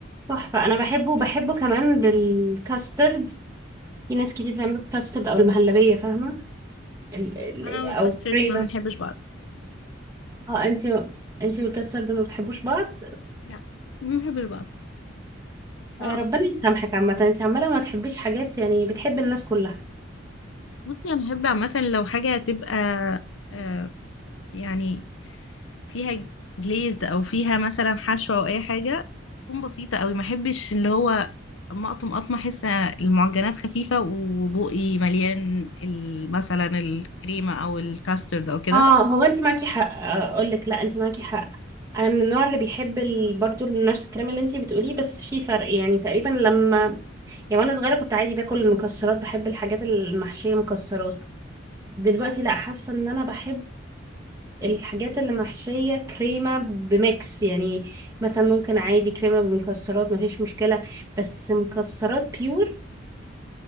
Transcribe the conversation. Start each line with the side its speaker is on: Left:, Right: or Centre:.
Right: تحفة أنا بحبه وبحبه كمان بالكاسترد في ناس كتير بتعمله بالكاسترد أو المهلبية فاهمة؟ ال... ال...
Left: انا والكاسترد
Right: أو كريمة
Left: ما بنحبش بعض
Right: اه انتي انتي والكاسترد ما بتحبوش بعض
Left: لا ما بنحبش بعض بصراحة
Right: آه، ربنا يسامحك عامة انتي عمالة ما تحبيش حاجات يعني بتحب الناس كلها
Left: بصي انا بحب عامة لو حاجة تبقى آه يعني فيها جليزد او فيها مثلا حشوة او اي حاجة تكون بسيطة قوي ما احبش اللي هو اما اقطم اقطم احس المعجنات خفيفة وبقي مليان ال- مثلا الكريمة او الكاسترد او كده
Right: اه هو انتي معاكي حق اقول لك لا انتي معاكي حق انا من النوع اللي بيحب ال... برضو نفس الكلام اللي انتي بتقوليه بس في فرق يعني تقريبا لما يعني وانا صغيره كنت عادي باكل المكسرات بحب الحاجات المحشيه مكسرات دلوقتي لا حاسه ان انا بحب الحاجات اللي محشيه كريمه بميكس يعني مثلا ممكن عادي كريمه بمكسرات مفيش مشكله بس مكسرات بيور